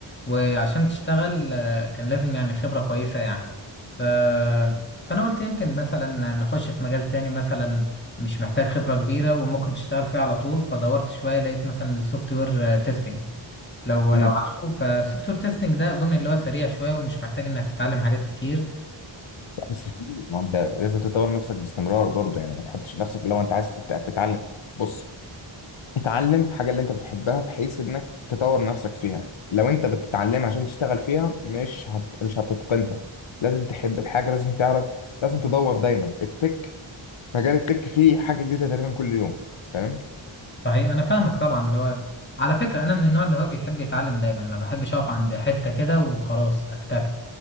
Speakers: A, on the left; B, on the left.
A: وعشان تشتغل آه، كان لازم يعني خبرة كويسة يعني ف... فأنا قلت يمكن مثلا نخش في مجال تاني مثلا مش محتاج خبرة كبيرة وممكن تشتغل فيه على طول فدورت شوية لقيت مثلا السوفت وير تيستنج لو
B: امم
A: لو عارفه فالسوفت وير تيستنج ده أظن اللي هو سريع شوية ومش محتاج إنك تتعلم حاجات كتير
B: لا بس في ما انت لازم تطور نفسك باستمرار برضه يعني ما تحطش نفسك لو انت عايز تت- تتعلم بص اتعلم الحاجه اللي انت بتحبها بحيث انك تطور نفسك فيها لو انت بتتعلم عشان تشتغل فيها مش هت... مش هتتقنها لازم تحب الحاجه لازم تعرف لازم تدور دايما التك مجال التك فيه حاجه جديده تقريبا كل يوم فاهم
A: صحيح انا فاهمك طبعا اللي هو على فكره انا من النوع اللي هو بيحب يتعلم دايما ما بحبش اقف عند حته كده وخلاص اكتفي